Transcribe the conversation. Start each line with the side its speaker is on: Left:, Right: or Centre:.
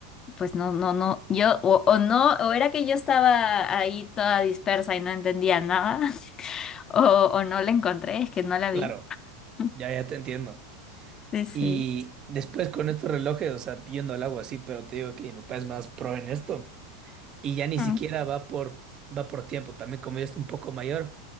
Left: pues no, no, no, yo, o, o no, o era que yo estaba ahí toda dispersa y no entendía nada, <laughs> o, o no la encontré, es que no la vi.
Right: claro,
Left: <laughs>
Right: ya, ya te entiendo.
Left: Sí, sí.
Right: Y después con estos relojes, o sea, yendo al agua, sí, pero te digo que mi papá es más pro en esto. Y ya ni
Left: Mm.
Right: siquiera va por, va por tiempo. También como ya está un poco mayor,